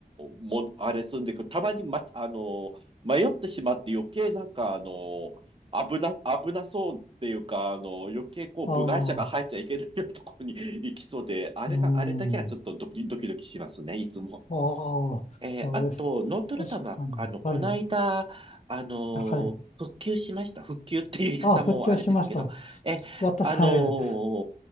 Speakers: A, on the right; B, on the left.
A: も、あれするんでくる、たまに、ま、あの、迷ってしまって余計なんか、あの、危な、危なそうっていうか、あの、余計こう、
B: ああ、
A: 部外者が入っちゃいけないようなところに <laughs> 行きそうで、あれが、
B: うん。
A: あれだけはちょっとドキドキドキしますね、いつも。
B: ああ、
A: えーあと、
B: そうです。
A: ノートルダムは、
B: 確かに。
A: あの、この間、
B: はい。
A: あの、
B: はい。
A: 復旧しました。復旧っていう言い方もあれですけど、
B: ああ、復旧しました。
A: え、
B: 私、
A: あの
B: はい。